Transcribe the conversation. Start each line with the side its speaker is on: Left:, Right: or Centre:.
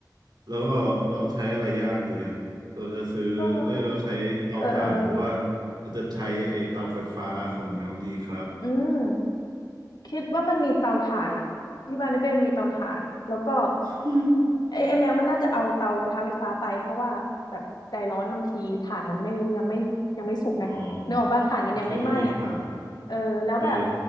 Right: แล้วก็เราใช้อะไรย่างดีอะเราจะซื้อเอ้ย
Left: ก็
Right: เราใช้เตาถ่านหรือว่า
Left: เออเออ
Right: เราจะใช้ไอ้เตาไฟฟ้าของแมวดีครับ
Left: อืม คิดว่ามันมีเตาถ่านอะที่บ้านได้เป็นมีเตาถ่านแล้วก็
Right: <laughs>
Left: ไอ้ไอแมวมันน่าจะเอาเตากระทะไฟฟ้าไปเพราะว่าแบบใจร้อนบางทีถ่านมันไม่ยังไม่ยังไม่สุกไงนึกออกป่ะถ่านมันยังไม่ไหม้อะ
Right: อ๋อขี้เกียจต้องคิดผ่าน
Left: เออแล้วแบบ
Right: เออ